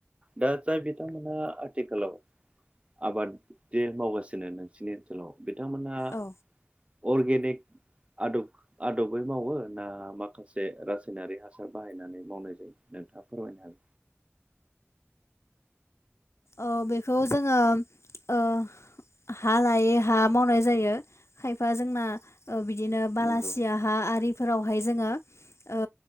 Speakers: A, on the right; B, on the left.
A: दा जाय बिथांमोना आथिखालाव आबाद जे मावगासिनो नोंसिनि ओनसोलाव बिथांमोनहा
B: औ
A: अर्गेनिक आदब आदबै मावो ना माखासे रासायनारि हासार बाहायनानै मावनाय जायो नोंथांङा फोरमायनो हागोन
B: औ बेखौ जोङो ओ हा लायै हा मावनाय जायो खायफा जोंना ओ बिदिनो बालासिया
A: नंगौ
B: हा आरिफोरावहाय जोङो ओ